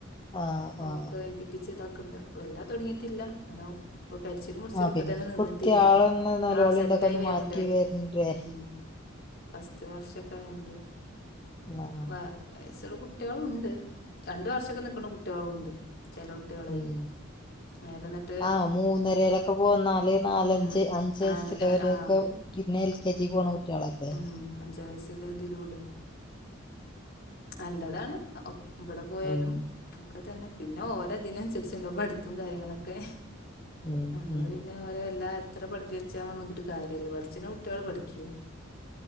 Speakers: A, on the left (about 25°); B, on the left (about 50°).
A: ആഹ്
B: ഓക്കെ
A: ആഹ്
B: എഴുതി പ്പിച്ച് ഇതാക്കണ്ട് വല്ലാ തുടങ്ങിയിട്ടില്ല അനോ ഇപ്പൊ കരിച്ചിലും മുടിച്ചിലും
A: ആഹ്
B: ഇപ്പ
A: പിന്നെപ്പോ
B: തന്നെ നിന്നിട്ടില്ലേ
A: കുട്ടികളൊന്ന് നൊലോളി
B: ആഹ് സെറ്റായി
A: ഇതൊക്കെ ഒന്ന്
B: വരണ്ടേ
A: മാറ്റി വരണ്ടേ
B: ഉം ഫസ്റ്റ് വർഷൊക്കെ ആയോണ്ട്
A: ആഹ്
B: വ വയസ്സുള്ള കുട്ടികളും ഉണ്ട് രണ്ട് വർഷക്കെ നിക്കണ കുട്ടികളും ഉണ്ട് ചില കുട്ടികളെ
A: ഉം
B: നേരെ എന്നിട്ട്
A: ആഹ് മൂന്നരയിലൊക്കെ പോന്നാല് നാലഞ്ച്
B: ഉം
A: അഞ്ച് വയസ്സിൽ
B: ആ
A: വരെക്കെ
B: ആ
A: പിന്നെ എൽ കെ ജി പോണ കുട്ടികളല്ലേ
B: ഉം അഞ്ചാം വയസില് ഇതിലൂടും നല്ലതാണ് ഒക് ഇവിടെ പോയാലും
A: ഉം
B: ഒക്കെ തന്നെ പിന്നെ ഓരോ ഇതിനന്നുസരിച്ചുണ്ടാവും പഠിപ്പും കാര്യങ്ങളൊക്കെ
A: ഉം
B: നമ്മള്
A: ഉം
B: പിന്നെ ഓരോ എല്ലാ എത്ര പഠിപ്പി വെച്ചാ നോക്കിട്ട് കാര്യമല്ല പഠിച്ച കുട്ടികള് പഠിക്കും